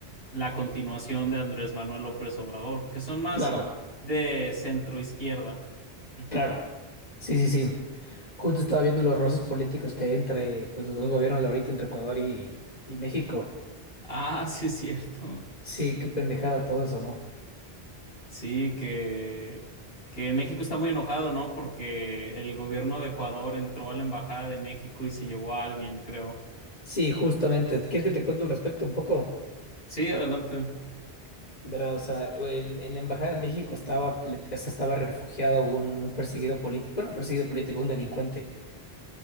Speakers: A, on the left; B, on the left.
A: la continuación de Andrés Manuel López Obrador, que son más
B: claro.
A: de centro izquierda. Ujú.
B: Claro, sí, sí, sí. Justo estaba viendo los roces políticos que hay entre pues, los dos gobiernos de ahorita, entre Ecuador y, y México.
A: Ah, <laughs> sí es cierto.
B: Sí, qué pendejada todo eso, ¿no?
A: Sí, que, que México está muy enojado, ¿no? Porque el gobierno de Ecuador entró a la Embajada de México y se llevó a alguien, creo.
B: Sí, justamente. ¿Quieres que te cuente al respecto un poco?
A: Sí, adelante.
B: Verás, o sea, en, en la Embajada de México estaba, ple- o sea, estaba refugiado un, un perseguido político, bueno, perseguido político, un delincuente.